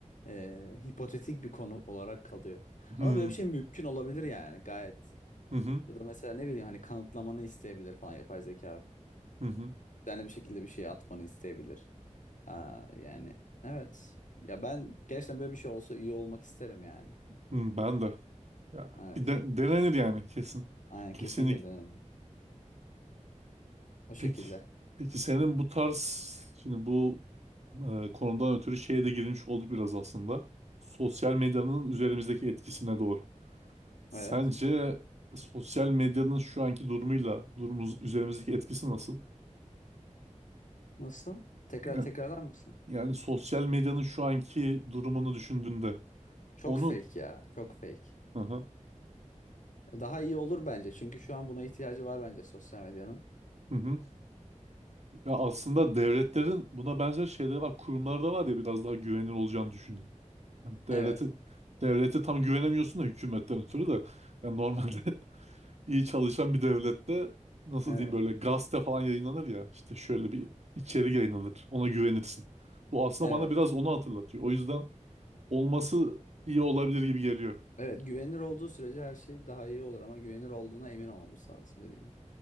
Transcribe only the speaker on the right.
Hmm,
hı hı,
hı hı,
hı, ben de. Ya,
bir de, denenir yani kesin.
Kesinlikle.
Peki, peki senin bu tarz şimdi bu e, konudan ötürü şeye de girmiş olduk biraz aslında. Sosyal medyanın üzerimizdeki etkisine doğru. Sence
sosyal medyanın şu anki durumuyla durumumuz üzerimizdeki etkisi nasıl?
Ya-
Yani, sosyal medyanın şu anki durumunu düşündüğünde
onun
hı hı,
hı hı. Ya aslında devletlerin buna benzer şeyleri var. Kurumlarda var ya biraz daha güvenilir olacağını düşündüm. Yani devlete
devlete tam güvenemiyorsun da hükümetten ötürü de yani normalde <laughs> iyi çalışan bir devlette nasıl
diyeyim böyle gazete falan yayınlanır ya işte şöyle bir içerik yayınlanır ona güvenirsin. Bu aslında
bana biraz onu hatırlatıyor. O yüzden olması iyi olabilir gibi geliyor.